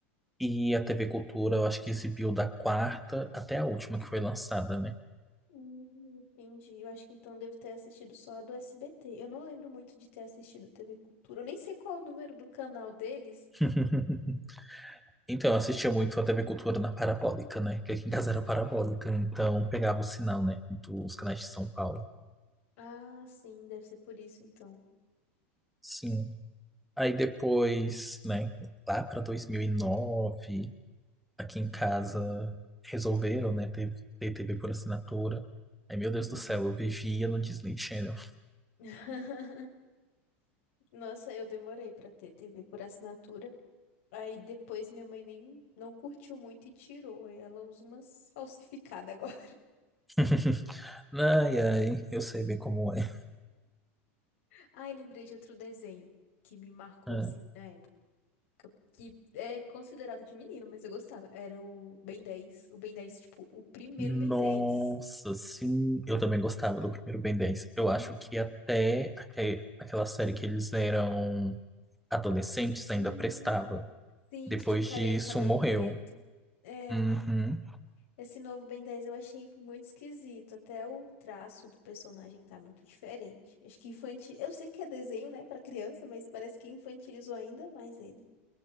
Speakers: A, in the centre; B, on the left (about 75°).
A: E a TV Cultura, eu acho que exibiu da quarta até a última que foi lançada, né?
B: Hum, entendi. Eu acho que então devo ter assistido só a do SBT. Eu não lembro muito de ter assistido TV Cultura. Eu nem sei qual é o número do canal deles.
A: <laughs> Então, eu assistia muito a TV Cultura na Parabólica, né? Porque aqui em casa
B: Uhum.
A: era Parabólica, então pegava o sinal, né? Dos canais de São Paulo.
B: Ah, sim, deve ser por isso então.
A: Sim. Aí depois, né? Lá para 2009. aqui em casa resolveram, né, ter, ter TV por assinatura. Ai, meu Deus
B: Uhum.
A: do céu, eu vivia no Disney Channel.
B: <laughs> Nossa, eu demorei pra ter TV por assinatura. Aí depois minha mãe nem não curtiu muito e tirou. E Ela usa umas falsificadas agora.
A: <laughs> Ai, ai, eu sei bem como é.
B: Ai, lembrei de outro desenho que me marcou
A: Ah,
B: assim na época, que é considerado de menino, mas eu gostava. Era o Ben 10, o Ben 10, tipo, o primeiro
A: Nossa,
B: Ben 10.
A: sim, eu também gostava do primeiro Ben 10. Eu acho
B: Uhum.
A: que até aque- aquela série que eles eram adolescentes ainda
B: Hum.
A: prestava.
B: Sim,
A: Depois
B: que tinha um carinha
A: disso,
B: no cabelo
A: morreu.
B: preto. É,
A: Uhum,
B: esse novo Ben 10 eu achei muito esquisito. Até o traço do personagem tá muito diferente. Acho que infantil. Eu sei que é desenho, né, pra criança, mas parece que infantilizou ainda mais ele.